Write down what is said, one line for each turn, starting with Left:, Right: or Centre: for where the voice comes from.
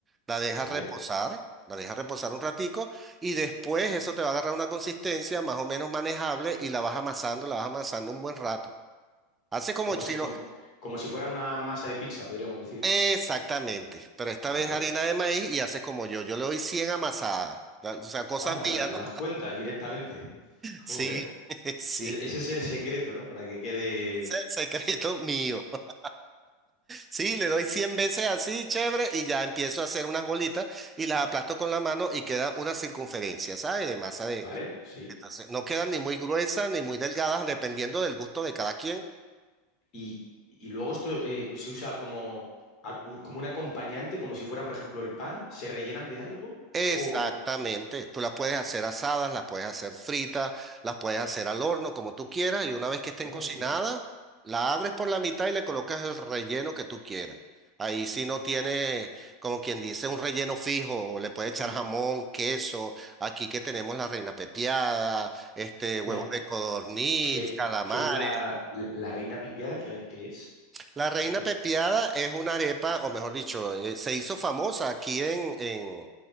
Right: La dejas
Left: vale.
Right: reposar, la dejas reposar un ratico y después eso te va a agarrar una consistencia más o menos manejable y la vas amasando, la vas amasando un buen rato. Hace como
Left: Como
Right: si
Left: si,
Right: no,
Left: com- como si fuera una masa de pizza, podríamos decir.
Right: Exactamente, pero esta
Left: Vale.
Right: vez harina de maíz y haces como yo, yo le doy 100 amasadas, da- o sea, cosas
Left: Anda,
Right: mías,
Left: la- las
Right: ¿no?
Left: cuentas directamente. <laughs> Joder.
Right: Sí, <laughs> sí,
Left: E- Ese es el secreto, ¿no? Para que quede.
Right: ese es el secreto mío. <laughs> Sí, le doy 100 veces así, chévere, y ya empiezo a hacer unas bolitas y las aplasto con la mano y queda una circunferencia, ¿sabes? De masa de...
Left: Vale, sí.
Right: Entonces, no quedan ni muy gruesas ni muy delgadas, dependiendo del gusto de cada quien.
Left: Y, y luego esto eh, se usa como, a- como un acompañante, como si fuera, por ejemplo, el pan. ¿Se rellenan de algo?
Right: Exactamente,
Left: O.
Right: tú las puedes hacer asadas, las puedes hacer fritas, las puedes hacer al horno, como tú quieras, y una vez que estén cocinadas,
Left: Anda.
Right: la abres por la mitad y le colocas el relleno que tú quieras. Ahí sí no tiene, como quien dice, un relleno fijo, le puedes echar
Left: Hmm.
Right: jamón, queso, aquí que tenemos la reina pepiada, este, huevos
Left: La,
Right: de codorniz,
Left: que,
Right: calamares.
Left: que es la, la, la reina pipiada que, que es.
Right: La reina
Left: Nunca
Right: pepiada
Left: lo-
Right: es una arepa, o mejor dicho, eh, se hizo famosa aquí en, en